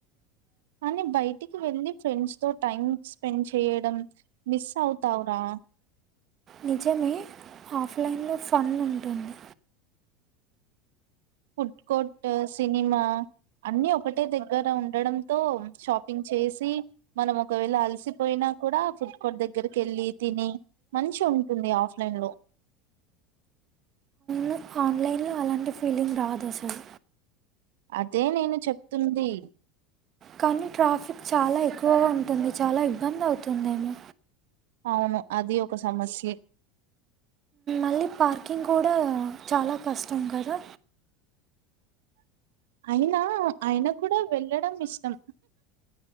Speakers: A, on the right; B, on the right.
A: కాని బయటికి వెళ్ళి ఫ్రెండ్స్ తో టైం స్పెండ్ చేయడం మిస్ అవుతావురా
B: నిజమే ఆఫ్లైన్లో ఫన్ ఉంటుంది
A: ఫుడ్ కోర్ట్ సినిమా అన్ని ఒకటే దగ్గర ఉండడంతో షాపింగ్ చేసి మనం ఒకవేళ అలసిపోయినా కూడా ఫుడ్ కోర్ట్ దగ్గరికి వెళ్ళి తిని మంచి ఉంటుంది ఆఫ్లైన్ లో
B: నాకు ఆన్లైన్లో అలాంటి ఫీలింగ్ రాదు అసలు
A: అదే నేను చెప్తుంది
B: కానీ ట్రాఫిక్ చాలా ఎక్కువగా ఉంటుంది చాలా ఇబ్బంది అవుతుందేమో
A: అవును అది ఒక సమస్యే
B: మళ్ళీ పార్కింగ్ కూడా చాలా కష్టం కదా
A: అయినా ఆయిన కూడా వెళ్ళడం ఇష్టం